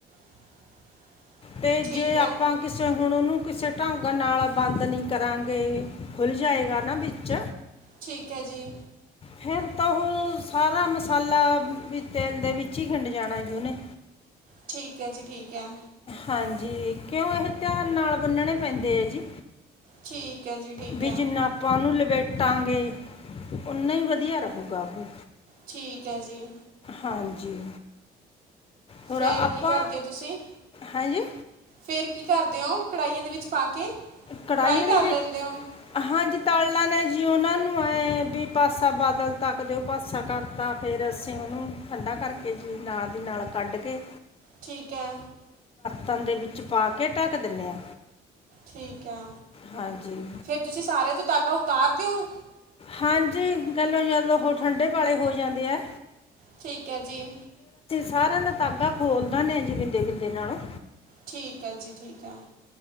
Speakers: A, on the right (about 60°); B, on the left (about 35°).
A: <inaudible>
B: ਤੇ
A: ਠੀਕ
B: ਜੇ
A: ਹੈ
B: ਆਪਾਂ ਕਿਸੇ ਹੁਣ ਉਹਨੂੰ ਕਿਸੇ ਢੰਗ ਨਾਲ ਬੰਦ ਨਹੀਂ ਕਰਾਂਗੇ ਖੁੱਲ ਜਾਏਗਾ ਨਾ ਵਿੱਚ
A: ਠੀਕ ਹੈ ਜੀ
B: ਫੇਰ ਤਾਂ ਉਹ ਸਾਰਾ ਮਸਾਲਾ ਵੀ ਤੇਲ ਦੇ ਵਿੱਚ ਹੀ ਖਿੰਡ ਜਾਣਾ ਜੀ ਉਹਹਨੇ
A: ਠੀਕ ਹੈ ਜੀ ਠੀਕ ਹੈ
B: ਹਾਂਜੀ ਕਿਉਂ ਇਹ ਧਿਆਨ ਨਾਲ ਬੰਨਣੇ ਪੈਂਦੇ ਹੈ ਜੀ
A: ਠੀਕ ਹੈ ਜੀ ਠੀਕ
B: ਵੀ
A: ਹੈ
B: ਜਿੰਨਾ ਆਪਾਂ ਉਹਨੂੰ ਲ ਬੈਟਾਂਗੇ ਨਾ ਹੀ ਵਧੀਆ ਰਹੇਗਾ ਉਹ
A: ਠੀਕ ਹੈ ਜੀ
B: ਹਾਂਜੀ ਹੋਰ
A: ਫੇਰ
B: ਆਪਾਂ
A: ਕੀ ਕਰਦੇ ਹੋ ਤੁਸੀਂ
B: ਹਾਂਜੀ
A: ਫੇਰ ਕੀ ਕਰਦੇ ਹੋ ਕੜਾਹੀਆਂ ਦੇ ਵਿੱਚ ਪਾ ਕੇ
B: ਕੜਾਹੀ
A: ਫਰਾਈ ਕਰ
B: ਦੇ ਵਿੱਚ
A: ਲੈਂਦੇ ਹੋ
B: ਹਾਂਜੀ
A: <inaudible>
B: ਤਲਣਾ ਨੇ ਜੀ ਉਹਨਾਂ ਨੂੰ ਐ ਵੀ ਪਾਸਾ ਬਾਦਲ ਤੱਕ ਦਿਓ ਪਾਸਾ ਕਰਤਾ ਫੇਰ ਅਸੀਂ ਉਹਨੂੰ ਠੰਢਾ ਕਰਕੇ ਜੀ ਨਾਲ ਦੀ ਨਾਲ ਕੱਢ ਕੇ
A: ਠੀਕ ਹੈ
B: ਤੰਦੇ ਵਿੱਚ ਪਾ ਕੇ ਢੱਕ ਦਿੰਦੇ ਆਾਂ
A: ਠੀਕ ਹੈ
B: ਹਾਂਜੀ
A: ਫੇਰ ਤੁਸੀਂ ਸਾਰਿਆਂ ਤੋਂ ਧਾਗਾ ਉਤਾਰ ਦੇ ਓ
B: ਹਾਂਜੀ ਕਹਿਲੋ ਜਦ ਉਹ ਠੰਡੇ ਭਾਲ਼ੇ ਹੋ ਜਾਂਦੇ ਹੈ
A: ਠੀਕ ਹੈ ਜੀ।
B: ਸਾਰਾ ਦਾ ਧਾਗਾ ਖੋਲਦਾ ਨੇ ਬਿੰਦੇ ਬਿੰਦੇ ਨਾਲੋ।
A: ਠੀਕ ਹੈ ਜੀ ਠੀਕ ਹੈ।